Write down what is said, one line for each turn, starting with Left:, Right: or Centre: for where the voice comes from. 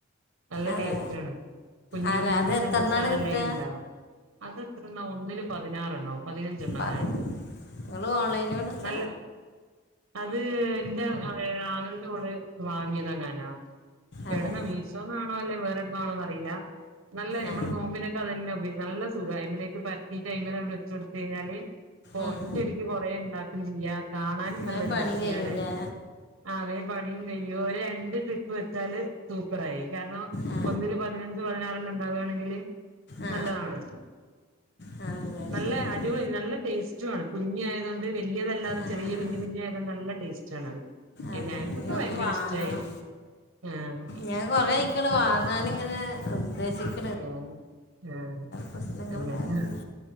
Right: നല്ല
Left: അതെ
Right: ടേസ്റ്റാ ണ് കുഞ്
Left: അല്ല
Right: കുഞ്ഞ്
Left: അത് എത്രണ്ണാണ്
Right: സമ്മൂസാളെല്ലെഅയില്
Left: കിട്ടുക
Right: ണ്ടാവാ അതെത്രെണ്ണാ ഒന്നില് പതിനാറണ്ണോ പതിന ഞ്ചണ്ണങ്ങാ
Left: പതിന്
Right: ണ്ട്
Left: നിങ്ങൾ ഓൺലൈനിൽ വിളിച്ച
Right: നല്ല അത് ന്റെ ഏ ആങ്ങൾൻറോള് വാങ്ങിതങ്ങാനാ
Left: അതെ
Right: ഏടുന്നാ മീശോന്നാണോ അല്ലേ വേറെ ന്നാണോന്നറിയില്ല നല്ല നമ്മള്
Left: ആ
Right: നോമ്പിനൊക്കെ അതന്നെ ഉപയോച്ച് നല്ല സുഖായമിലേക്ക് പരത്തീട്ട് അയിമലട്ട് ച്ചൊട് ത്തയിഞ്ഞാല്
Left: ഉം.
Right: ഒറ്റടിക്ക് കുറേ ണ്ടാക്കും ചെയ്യാ കാണാനും
Left: വേഗം
Right: നല്ലൊരു
Left: പണി
Right: വൃത്തിയാണ്
Left: കഴിയൂലേ
Right: ആ വേം പണിയും കഴിയും ഒരു രണ്ട് ട്രിപ്പ് വെച്ചാല് തൂപ്പറായി കാരണം
Left: ആ
Right: ഒന്നില് പതിനഞ്ച് പതിനാറെണ്ണം ഉണ്ടാവാണെങ്കില്
Left: ആ
Right: നല്ലതാണല്ലോ
Left: ആ അത്
Right: നല്ല
Left: ശരിയാണ്
Right: അടിപൊളി നല്ല ടേസ്റ്റു ആണ് കുഞ്ഞി ആയതുകൊണ്ട് വല്യ തല്ലാതെ
Left: ആ
Right: ചെറിയ
Left: ആ
Right: കുഞ്ഞു കുഞ് ആയതോണ്ട് നല്ല ടേസ്റ്റ് റ്റാണത് എ
Left: അതെ
Right: ഞങ്ങക്കൊക്കെ
Left: ഇനി
Right: ഭയങ്കര
Left: ഒന്ന് വാങ്ങണം
Right: ഇഷ്ടായി ആഹ്
Left: ഞാൻ കൊറെയിക് ണ് വാങ്ങാനിങ്ങനെ ഉദ്ദേശിക്ക് -
Right: ഉം ഏ
Left: പ്രശ്നങ്ങൾ
Right: അങ്ങനെഹ്
Left: കാരണം